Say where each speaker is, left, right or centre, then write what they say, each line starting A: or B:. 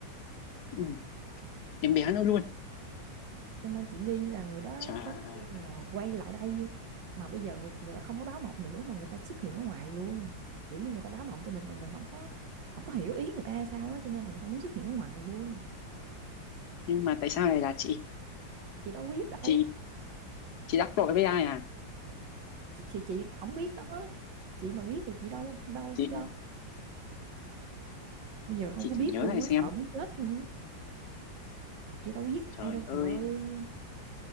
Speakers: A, on the left; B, on the right.
A: ừ, em bé nữa luôn
B: cho nên chị nghi là người đó
A: trời
B: giống như là quay lại đây mà bây giờ người người ta không có báo mộng nữa mà người ta xuất hiện ở ngoài luôn kiểu như người ta báo mộng cho mình mà mình không có không có hiểu ý người ta sao đó cho nên là người ta muốn xuất hiện ở ngoài luôn
A: nhưng mà tại sao lại là chị
B: chị đâu biết
A: chị
B: đâu
A: chị đắc tội với ai à
B: chị chị, chị không biết đó chị mà biết thì chị đâu đâu
A: chị
B: đâu bây giờ không
A: chị
B: có biết
A: thử nhớ
B: luôn
A: lại
B: á
A: xem
B: sợ muốn chết luôn á chị đâu biết ai
A: trời
B: đâu
A: ơi
B: trời ơi